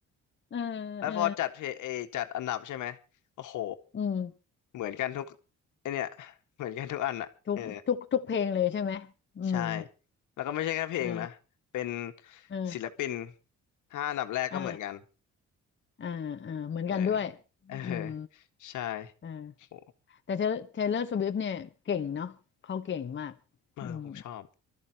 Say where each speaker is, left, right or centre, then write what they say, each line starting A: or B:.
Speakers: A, on the left; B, on the left.
A: เออเออ
B: แล้วพอจัดเพลย์เอจัดอันดับใช่ไหมโอ้โห
A: อืม
B: เหมือนกันทุกไอเนี่ยเหมือนกันทุกอันอะเออ
A: ทุกทุกทุกเพลงเลยใช่ไหมอืม
B: ใช่แล้วก็ไม่ใช่แค่เพลงนะ
A: เออ
B: เป็น
A: เออ
B: ศิลปิน ห้าอันดับแรกก็เหมือนกัน
A: เออ อ่าอ่าเหมือนกันด้วย
B: เออเออ
A: อืม
B: ใช่
A: อ่า
B: โห
A: แต่เทเทเลอร์สวิฟเนี่ยเก่งเนาะเขาเก่งมากอืม
B: เออผมชอบ